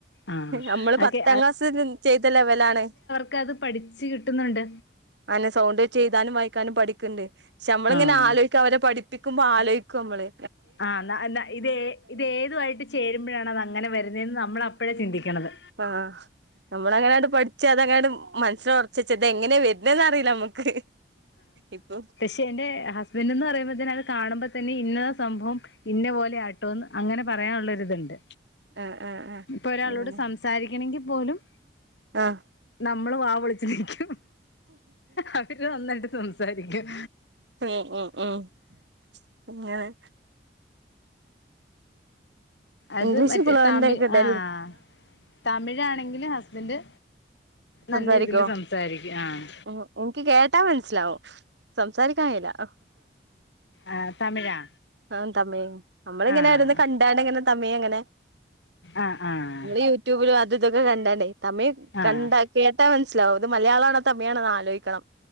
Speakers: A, on the left; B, on the right.
A: ആഹ്
B: നമ്മള് പത്താം
A: ഓക്കെ
B: ക്ലാസ് വരെ ചെയ്ത ലെവലാണ്
A: ക്കത് പഠിച്ചു കിട്ടുന്നൊണ്ട്
B: അയന്നെ സൗണ്ട് വെച്ചെയ്താനും വായിക്കാനും പഠിക്കണ്ട് പക്ഷമ്മളിങ്ങനെ
A: ആഹ്
B: ആലോയ് ക്കവരെ പഠിപ്പിക്കുമ്പോ ആലോയ്ക്കും അമ്മള്
A: ആഹ് ഇന്നാ എന്നാ ഇതേ ഇതേതുവായിട്ട് ചേരുമ്പഴാണ് അത് അങ്ങനെ വരുന്നേന്ന് നമ്മൾ അപ്പഴാ ചിന്തിക്കണത്
B: ആഹ് നമ്മള് അങ്ങനാണ്ട് പഠിച്ച് അത് അങ്ങനാട് മനസ്സിലൊറച്ചേച്ച് ഇത് എങ്ങനെയാ വെര്ന്നെന്ന് അറിയില്ല അമ്മക്ക് ഇപ്പം
A: ക്ഷെ എന്റെ ഹസ്ബൻ്റ്ന്ന് പറയുമ്പോത്തേന് അത് കാണുമ്പോ തന്നെ ഇന്നതാ സംഭവം ഇന്ന പോലെ ആ ട്ടോന്ന് അങ്ങനെ പറയാനുള്ളൊരിത്ണ്ട്
B: ആഹ് ആഹ് ആഹ്
A: ഇപ്പൊ ഒരാളോട്
B: അങ്ങനെ
A: സംസാരിക്കണങ്കി പോലും
B: ആഹ്
A: നമ്മള് വാ പൊളിച്ച് നിക്കും അവര് നന്നായിട്ട് സംസാരിക്കും
B: <unintelligible> അങ്ങനെ
A: അത്
B: ഇംഗ്ലീഷ്
A: മറ്റേ
B: ഫ്ലുവന്റ്
A: തമിഴ്
B: ആയി കിട്ടാൻ
A: ആഹ് തമിഴാണെങ്കിലും ഹസ്ബൻഡ്
B: സംസാരിക്കോ
A: നല്ല രീതിൽ സംസാരിക്കും ആഹ്
B: ഉം എനിക്ക് കേട്ടാ മനസ്സിലാവും സംസാരിക്കാൻ കഴീല്ലാ
A: ആഹ് തമിഴാ
B: ആഹ് തമിഴ് നമ്മളിങ്ങനെ
A: ആഹ്
B: ഓരോന്നു കണ്ടാണ്ട് ഇങ്ങനെ തമിഴങ്ങനെ
A: ആഹ് ആഹ്
B: ഇങ്ങള് യൂറ്റൂ ട്യൂബിലും അതും ഇതൊക്കെ കണ്ടാണ്ടേ തമിഴ്
A: ആഹ്
B: കണ്ടാ കേട്ടാ മനസ്സിലാവും ഇത് മലയാളാണോ തമിഴാണോന്ന് ആലോയ്ക്കണം